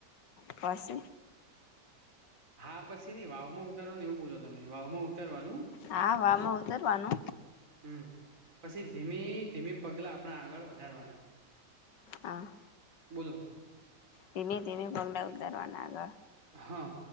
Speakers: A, on the left; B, on the right.
A: પાશે?
B: હા, પછી નઈ વાવમા ઉતારવાનુને, એવું બોલો તમે વાવમાં ઉતારવાનું
A: હા, વાવમા ઉતારવાનુ
B: હમ પછી ધીમે ધીમે પગલા આપણા આગળ વધારવાના.
A: હા.
B: બોલો!
A: ધીમે, ધીમે પગલા ઉતારવાના આગળ
B: હા,